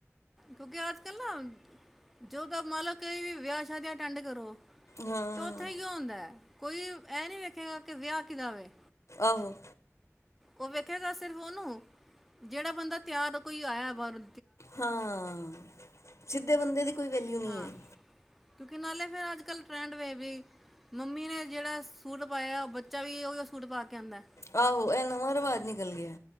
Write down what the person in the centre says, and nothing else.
ਕਿਉਂਕਿ ਅੱਜ-ਕੱਲ ਨਾ, ਜਦ ਤਕ ਮੰਨ ਲਓ ਕਿ ਵਿਆਹ-ਸ਼ਾਦੀਆਂ ਅਟੈਂਡ ਕਰੋ।
ਤੇ ਓਥੇ ਕੀ ਹੁੰਦੈ? ਕੋਈ ਐ ਨੀ ਵੇਖੇਗਾ ਕਿ ਵਿਆਹ ਕਿਦਾ ਵੇ।
ਓਹ ਵੇਖੇਗਾ ਸਿਰਫ ਉਹਨੂੰ, ਜੇਹੜਾ ਬੰਦਾ ਤਿਆਰ ਹੋ ਕੋਈ ਆਇਐ ਬਾਹਰੋਂ।
ਹਾਂ,
ਕਿਉਂਕਿ ਨਾਲੇ ਫੇਰ ਅੱਜ-ਕੱਲ ਟ੍ਰੈਂਡ ਵੀ ਏਵੀ। ਮੰਮੀ ਨੇ ਜੇਹੜਾ ਸੂਟ ਪਾਇਆ, ਬੱਚਾ ਵੀ ਉਹੀ ਸੂਟ ਪਾ ਕੇ ਆਂਦੈ।